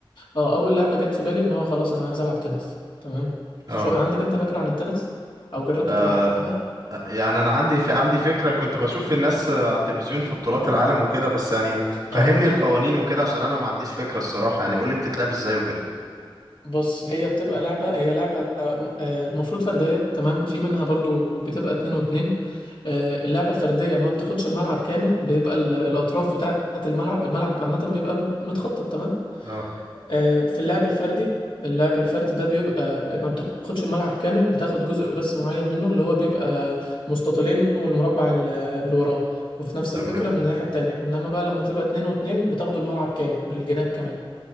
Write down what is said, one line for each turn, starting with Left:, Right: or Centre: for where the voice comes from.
Left: اه اول لعبه جت في بالي ان هو خلاص انا عايز العب تنس تمام شو
Right: اه
Left: عندك انت فكره عن التنس او جربت
Right: آه،
Left: تلعبها
Right: يعني انا عندي في عندي فكرة كنت بشوف الناس آه، على التلفزيون في بطولات العالم وكده بس يعني فهمني
Left: اه
Right: القوانين وكده عشان انا ما عنديش فكرة الصراحة يعني قولي بتتلعب ازاي وكده
Left: بص هي بتبقى لعبة هي لعبة آه، المفروض فردية تمام في منها برضو بتبقى اتنين واتنين آه، اللعبة الفردية ما بتاخدش الملعب كامل بيبقى ال- الأطراف بتاعة الملعب الملعب عامة بيبقى مت- متخطط تمام
Right: اه
Left: آه، في اللعب الفردي اللعب الفردي ده بيبقى ما بتاخدش الملعب كامل بتاخد جزء بس معين منه اللي هو بيبقى مستطيلين والمربع ال- اللي وراه وفي نفس
Right: تمام
Left: الفكرة من الناحية التانية انما بقى لما تبقى اتنين واتنين بتاخدوا الملعب كامل بالجناب كمان